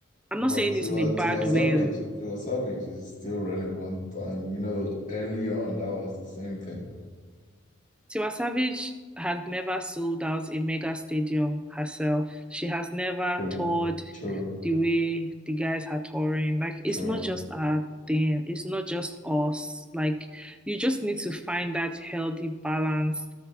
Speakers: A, in the centre; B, on the left.
A: I'm
B: but
A: not saying
B: to
A: this in a
B: a,
A: bad
B: to a savage,
A: way.
B: to a savage is still relevant, and you know, early on that was the same thing.
A: Tiwa Savage has never sold out a mega stadium herself. She has never
B: True,
A: toured
B: true,
A: the way the guys are touring. Like,
B: true.
A: it's not just our thing, it's not just us. Like, you just need to find that healthy balance.